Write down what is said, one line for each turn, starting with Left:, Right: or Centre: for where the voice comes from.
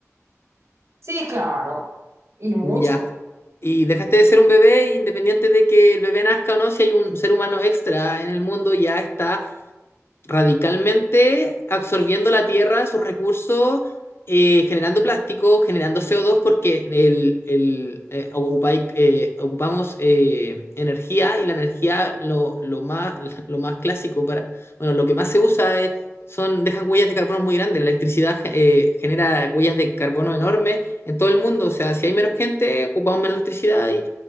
Right: Sí, claro, y mucho.
Left: Ya. Y dejaste de ser un bebé, independiente de que el bebé nazca o no, si hay un ser humano extra en el mundo, ya está radicalmente absorbiendo la tierra, sus recursos, eh, generando plástico, generando CO2, porque el, el, eh, ocupai- eh, ocupamos eh, energía y la energía lo, lo más, <laughs> lo más clásico para, bueno, lo que más se usa es- son, dejan huellas de carbono muy grandes, la electricidad eh, genera huellas de carbono enormes en todo el mundo, o sea, si hay menos gente, ocupamos menos electricidad y